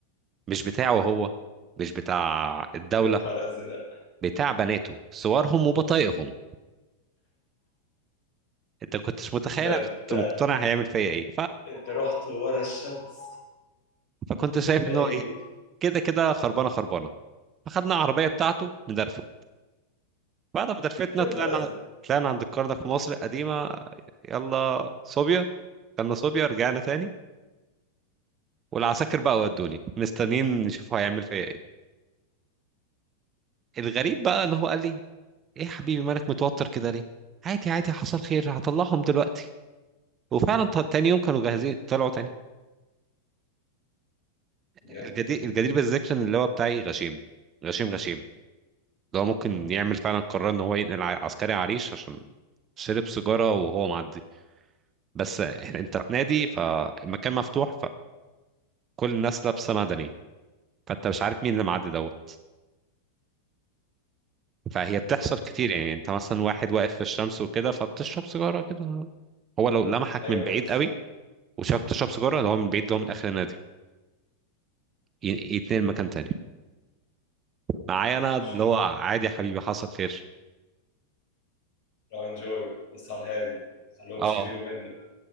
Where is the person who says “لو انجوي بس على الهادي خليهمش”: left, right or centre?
Left